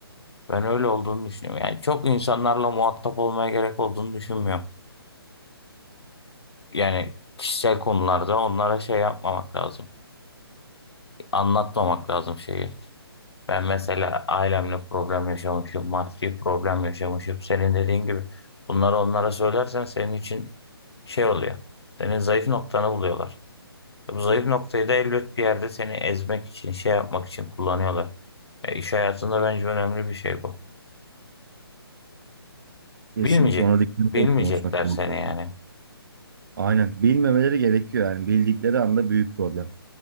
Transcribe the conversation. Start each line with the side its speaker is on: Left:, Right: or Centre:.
Left: Ben öyle olduğunu düşünüyorum. Yani çok insanlarla muhatap olmaya gerek olduğunu düşünmüyorum. Yani kişisel konularda onlara şey yapmamak lazım. anlatmamak lazım şeyi. Ben mesela ailemle problem yaşamışım, maddi problem yaşamışım. Senin dediğin gibi bunları onlara söylersen senin için şey oluyor. Senin zayıf noktanı buluyorlar. E, Bu zayıf noktayı da elbet bir yerde seni ezmek için, şey yapmak için kullanıyorlar. E, iş hayatında bence önemli bir şey bu.
Right: Kesinlikle
Left: Bilmeyecek.
Right: ona dikkat
Left: Bilmeyecekler
Right: ederek konuşmak gerekiyor.
Left: seni yani.
Right: Aynen. Bilmemeleri gerekiyor yani. Bildikleri anda büyük problem.